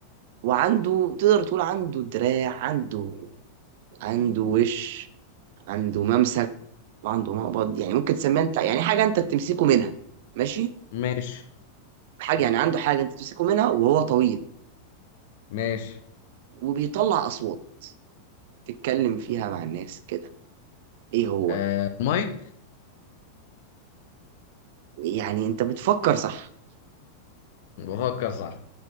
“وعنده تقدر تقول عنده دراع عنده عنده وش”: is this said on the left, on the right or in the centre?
Right